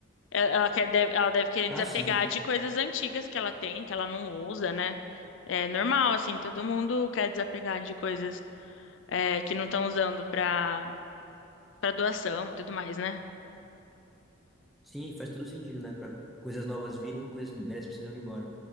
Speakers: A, on the left; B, in the centre.
A: Ela quer, deve, ela deve querer
B: Ah,
A: desapegar
B: sim.
A: de coisas antigas que ela tem, que ela não usa, né? É normal, assim, todo mundo quer desapegar de coisas é, que não estão usando pra, pra doação e tudo mais, né?
B: Sim, faz todo sentido, né? Para coisas novas virem, coisas velhas precisam ir embora.